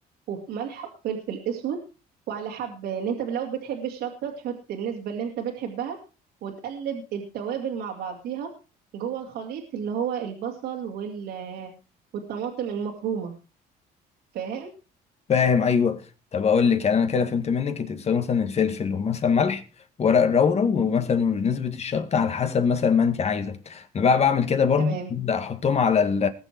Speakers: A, on the right (about 75°); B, on the left (about 40°).
A: وملح وفلفل اسود وعلى حبة ان انت لو بتحب الشطة تحط النسبة اللي انت بتحبها وتقلب التوابل مع بعضيها جوه الخليط اللي هو البصل وال والطماطم المفرومة فاهم
B: فاهم ايوه طب اقول لك يعني انا كده فهمت منك انت بتساوي مثلا الفلفل ومثلا ملح ورق الرورة ومثلا نسبة الشطة على حسب مثلا ما انت عايزة انا بقى بعمل كده برضو
A: تمام
B: ببدأ احطهم على ال